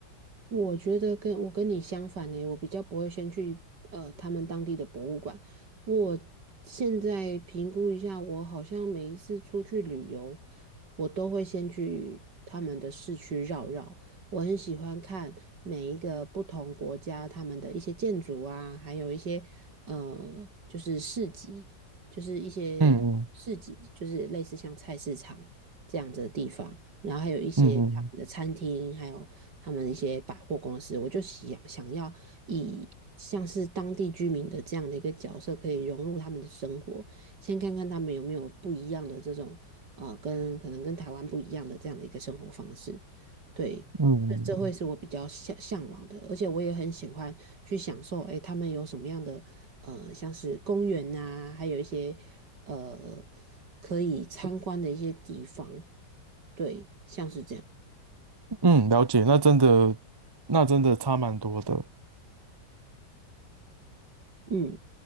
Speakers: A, on the right; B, on the right.
A: 我觉得跟我跟你相反呢，我比较不会先去呃他们当地的博物馆。我现在评估一下，我好像每一次出去旅游，我都会先去他们的市区绕绕。我很喜欢看每一个不同国家他们的一些建筑啊，还有一些呃就是市集，就是一些市集，
B: 嗯嗯
A: 就是类似像菜市场这样子的地方。然后还有一些他们的餐厅，
B: 嗯嗯
A: 还有他们一些百货公司，我就想想要以像是当地居民的这样的一个角色，可以融入他们的生活，先看看他们有没有不一样的这种呃，跟可能跟台湾不一样的这样的一个生活方式，对。
B: 嗯
A: 这这会是我比较向向往的，而且我也很喜欢去享受，哎，他们有什么样的呃，像是公园呐、还有一些呃可以参观的一些地方，对，像是这样。
B: 嗯，了解，那真的，那真的差蛮多的。
A: 嗯，